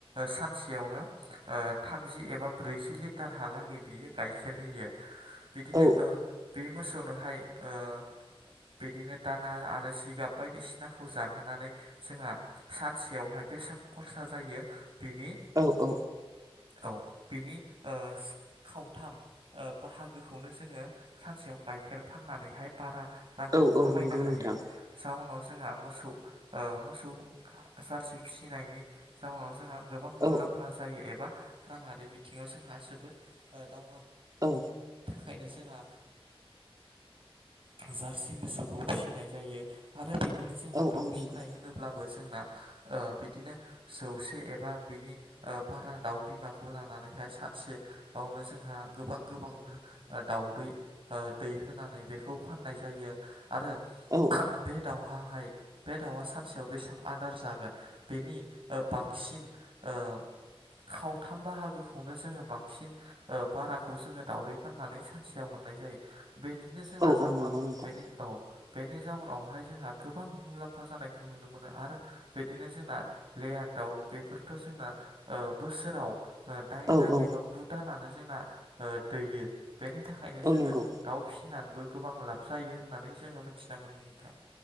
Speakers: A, on the right; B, on the right.
A: सानसेयावनो ओ, थामजि एबा ब्रैजि लिटारहालागै बियो गाइखेर होयो बिदिनो
B: औ
A: ओ बे मोसौनोहाय ओ बिदिनो दाना आरो जिगाब बायदिसिनाखौ जाहोनानै जोंहा सानसेयावहाय बेसेबां खरसा जायो बिनि
B: औ औ
A: औ बिनि ओ, खावथाम ओ बाहागोखौनो जोङो सानसेयाव गाइखेर फाननानैहाय बारा रांखौ
B: औ
A: खामायनो
B: औ नंगौ
A: हायो
B: नोंथां
A: जाउनाव जोंहा मोसौ ओ मोसौ ज गोबां मुलाम्फा
B: औ
A: जायो एबा राङारि बिथिङाव जोंहा जोबोर दाव
B: औ
A: बेनो जोंहा जारसि मोसौखौ फिसिनाय जायो आरो बिदिनो जोंना
B: औ
A: दाउ
B: औ
A: फिसिनाय
B: नंगौ
A: होनोब्लाबो जोंना ओ बिदिनो जौसे एबा बिनि बारा दाउ बिमाखौ लानानै बेहाय सानसेयावनो जोंहा गोबां गोबां दावदै दै होनानै बे बे फाननाय जायो आरो
B: औ
A: बे दाउ फाहाय बे दाउआ सानसेयाव बेसेबां आदार जागोन बेनि ओ बांसिन ओ दाम खावथाम बाहागोखौनो जोङो बांसिन बाराखौ जोङो दावदै फाननानै सानसेयाव मोनो नो जोंना बेदिनो जोंना
B: औ
A: जाउनाव
B: औ नंगौ नोंथां
A: औ बेनि जाउनाव बावहाय जोंहा गोबां मुलामफा जानायखौ नुनो मोनो आरो बिदिनो जोंना लेयार दाउ बे फोरथ' जोंना ओ बोसोराव ओ दाइन
B: औ
A: दान
B: औ
A: एबा गु दानानो जोंना ओ दैयो बेनि थाखायनो
B: औ
A: जोङो
B: नंगौ
A: दाउ फिसिनानैबो गोबां लाब जायो होननानै जोङो मिथिना मोनो नोंथां